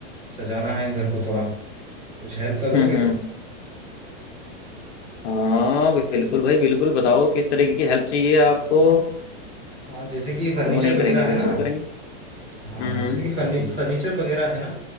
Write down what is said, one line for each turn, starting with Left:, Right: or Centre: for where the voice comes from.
Right: सजाना है घर को थोड़ा कुछ हेल्प कर दोगे
Left: हम्म हम्म
Right: थोड़ा
Left: हाँ बिल्कुल भाई बिल्कुल बताओ किस तरीके की हेल्प चाहिए आपको
Right: हाँ जैसे कि फर्नीचर
Left: क्यों नहीं
Right: वगैरह
Left: करेंगे बिल्कुल
Right: है ना
Left: करेंगे
Right: हाँ
Left: हम्म
Right: जैसे कि फर्नी फर्नीचर वगैरह है ना